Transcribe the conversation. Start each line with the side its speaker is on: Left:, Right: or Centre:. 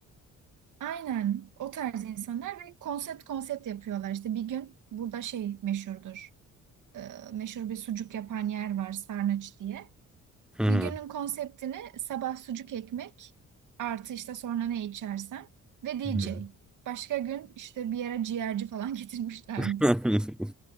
Right: Aynen o tarz insanlar ve konsept konsept yapıyorlar. İşte bir gün burada şey meşhurdur. Ee, meşhur bir sucuk yapan yer var Sarnıç diye.
Centre: Hı hı.
Right: Bir günün konseptini sabah sucuk ekmek artı işte sonra ne içersen ve DJ.
Centre: Hı
Right: Başka gün işte bir yere ciğerci falan <laughs> getirmişlerdi.
Centre: <laughs> hı.